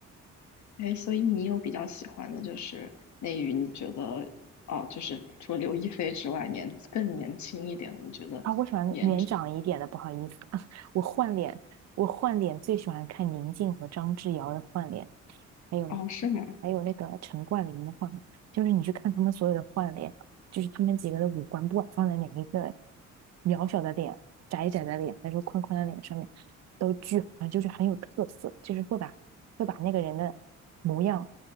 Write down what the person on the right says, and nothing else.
啊，我喜欢年长一点的，不好意思，<laughs> 我换脸，我换脸最喜欢看宁静和张智尧的换脸，还有
还有那个陈冠霖的换脸，就是你去看他们所有的换脸，就是他们几个的五官，不管放在哪一个渺小的脸、窄窄的脸，还是宽宽的脸上面，都巨好看，就是很有特色，就是会把会把那个人的模样